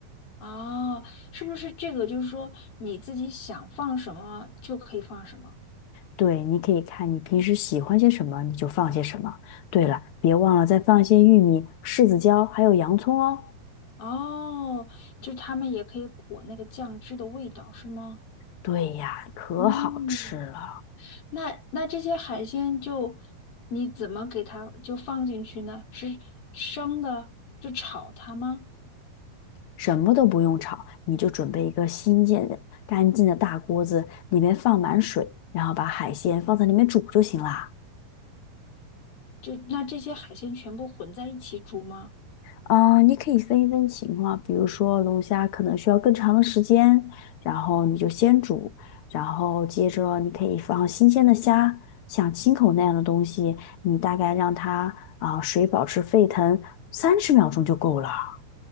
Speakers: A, on the left (about 85°); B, on the left (about 65°).
A: 哦，是不是这个就是说你自己想放什么就可以放什么？
B: 对，你可以看你平时喜欢些什么，你就放些什么。对了，别忘了再放一些玉米、柿子椒，还有洋葱哦。
A: 哦，就他们也可以裹那个酱汁的味道，是吗？
B: 对呀，可好吃了，
A: 嗯，那那这些海鲜就你怎么给它就放进去呢？是生的就炒它吗？
B: 什么都不用炒，你就准备一个新建的、干净的大锅子，里面放满水，然后把海鲜放在里面煮就行啦。
A: 就那这些海鲜全部混在一起煮吗？
B: 嗯，呃你可以分一分情况，比如说龙虾可能需要更长的时间，然后你就先煮，然后接着你可以放新鲜的虾，像青口那样的东西，你大概让它啊、水保持沸腾三十秒钟就够了。